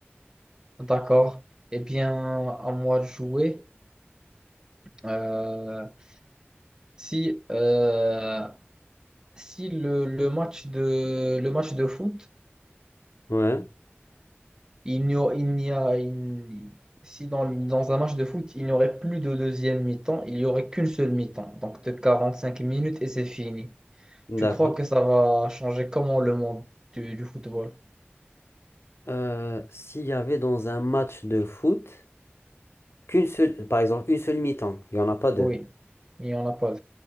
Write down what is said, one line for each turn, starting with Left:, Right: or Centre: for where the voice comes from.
Right: d'accord. Eh bien, à moi de jouer. Euh, si, euh, si le, le match de, le match de foot,
Left: ouais,
Right: il n'y a, il n'y a, il- si dans, dans un match de foot, il n'y aurait plus de deuxième mi-temps, il n'y aurait qu'une seule mi-temps, donc de 45 minutes et c'est fini.
Left: d'accord.
Right: Tu crois que ça va changer comment le monde du, du football?
Left: euh, s'il y avait dans un match de foot qu'une seule, par exemple, une seule mi-temps, il n'y en a pas deux.
Right: Oui, il n'y en a pas.